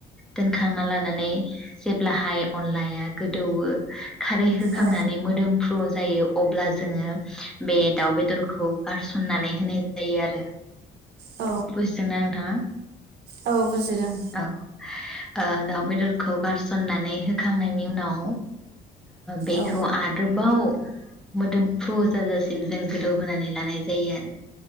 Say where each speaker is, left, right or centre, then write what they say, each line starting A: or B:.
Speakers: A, in the centre; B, on the right.
A: दोनखांना लाना जेब्लाहाय अनलाया गोदौओ खारै होखांनानै
B: औ
A: मोदोम फ्रु जायो अब्ला जोङो बे दाउ बेदरखौ गारसननानै होनाय जायो आरो।
B: औ
A: बुजिदोंना नोंथाङा
B: औ बुजिदों
A: औ। दाउ बेदरखौ गारसननानै होखांनायनि उनाव बेखौ
B: औ
A: आरोबाव मोदोमफ्रु जाजासिम जों गोदौ होनानै लानाय जायो आरो।